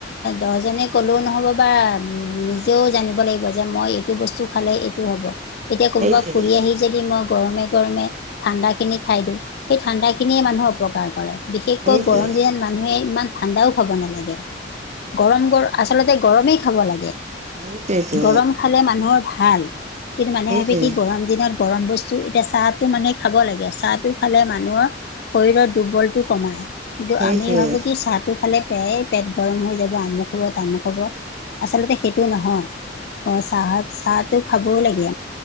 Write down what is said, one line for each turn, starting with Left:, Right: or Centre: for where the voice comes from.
Left: দহজনে ক'লেও নহ'ব বা নিজেও জানিব লাগিব যে মই এইটো বস্তু খালে এইটো হ'ব। এতিয়া ক'ৰবাৰ
Right: সেইটোৱে
Left: পৰা ফুৰি আহি যদি মই গৰমে গৰমে ঠাণ্ডাখিনি খাই দিওঁ, সেই ঠাণ্ডাখিনিয়ে মানুহৰ অপকাৰ কৰে। বিশেষকৈ
Right: সেইটোৱে
Left: গৰম দিনত মানুহে ইমান ঠাণ্ডাও খাব নালাগে, গৰম গৰম আচলতে গৰমেই খাব লাগে।
Right: সেইটোৱেইটো।
Left: গৰম খালে মানুহৰ ভাল কিন্তু মানুহে
Right: সেইটোৱে
Left: ভাবে কি গৰম দিনত গৰম বস্তু এতিয়া চাহটো মানে খাব লাগে, চাহটো খালে মানুহৰ শৰীৰৰ দুৰ্বলটো কমায়। কিন্তু
Right: সেইটোৱে
Left: আমি ভাবো কি চাহটো খালে প্ৰায় পেট গৰম হৈ যাব আমুক হ'ব তামুক হ'ব। আচলতে সেইটো নহয় অ চাহ চাহটো খাবও লাগে।